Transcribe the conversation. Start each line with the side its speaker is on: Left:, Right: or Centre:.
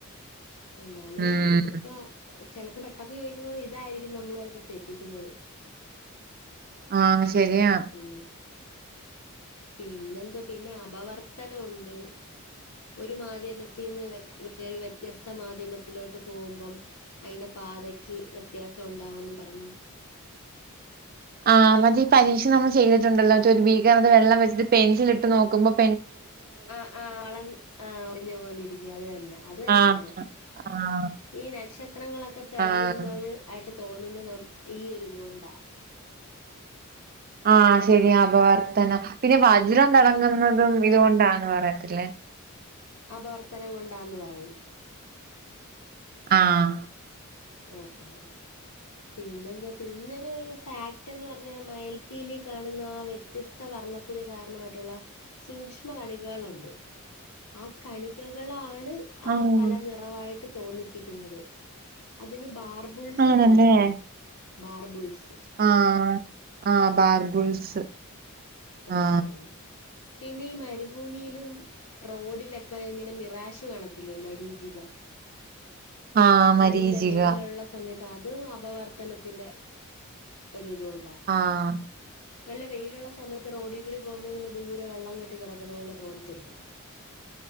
Left: എന്നാലും
Right: ഉം
Left: ഇതിപ്പ ചിലപ്പോ പെട്ടെന്ന് ചോദിക്കുമ്പോൾ ഇതായിരിക്കും നമ്മൾ ചിലപ്പോ തെറ്റിക്കുന്നത്
Right: ആഹ് ശരിയാ
Left: ഉ പിന്നെന്തോ പിന്നെ അപവർത്തനം ഉണ്ട് ഒരു മാധ്യമത്തിൽ നിന്ന് വ ഒരു വ്യത്യസ്ത മാധ്യമ ലോട്ട് പോവുമ്പം, അതിന്റെ പാതയ്ക്ക് വ്യത്യാസം ഉണ്ടാവുന്ന് പറഞ്ഞ്
Right: ആഹ് മത പരീക്ഷ നമ്മ ചെയ്തിണ്ടല്ലോ ഒരു ബീകത് വെള്ളം വെച്ചപെൻസിൽ ഇട്ട് നോക്കുമ്പോൾ
Left: ആ ആ വളഞ്ഞ ആ ഒടിഞ്ഞ പോലെ ഇരിക്കും അത് തന്നെ അത് തന്നെ
Right: ആഹ്
Left: സാധനം
Right: ആഹ്
Left: <inaudible> ഈ നക്ഷത്രങ്ങളൊക്കെ തിളങ്ങുന്നത്
Right: ആഹ്
Left: ആയിട്ട് തോന്നുന്ന ഈ ഒ ഒരു ഇതുക കൊണ്ടാ
Right: ആഹ ശരി അപവർത്തനം പിന്നെ വജ്രം തിളങ്ങുന്നതും ഇതുകൊണ്ടാന്ന് പറയത്തില്ലേ
Left: അപവർത്തനം കൊണ്ടാന്ന് പറയും
Right: ആഹ്
Left: ആഹ് ആ പിന്നെ എന്തവാ പിന്നൊരു ഫാക്ട്ന്ന് പറഞ്ഞാൽ മയിൽ പീലി കാണുന്ന ആ വ്യത്യസ് ത്ത വർണ്ണത്തിന് കാരണമായിട്ടുള്ള സൂക്ഷ്മ കണികകളുണ്ട് ആ കണികകളാണ് ആ
Right: ആഹ്
Left: പല നിറവായിട്ട് തോന്നിപ്പിക്കുന്നത് അതിന് ബാർബുൾസ്
Right: ആണല്ലേ?
Left: എന്നാ പറയുന്നേ ബർബിൾസ്
Right: ആ ആ ബാർബിൾസ്
Left: ഉം ആഹ്ആഹ്
Right: ആ
Left: പിന്നെ ഈ മരുഭൂമിയിലും റോഡിലൊക്കെ ഇങ്ങനെ മിറാശ് കാണത്തില്ലേ മരീചിക
Right: ആ മരീചിക
Left: നല്ല വെയിലുള്ള സമയത്ത്, അതും അപവർത്തനത്തിന്റെ ഒരിതുകൊണ്ടാ
Right: ആഹ്
Left: നല്ല വെയിലുള്ള സമയത്ത് റോഡി കൂടി പോകുമ്പോ ഇങ്ങനെ ദൂരെ വെള്ളം കെട്ടി കിടക്കുന്ന പോലെ തോന്ന ത്തില്ലേ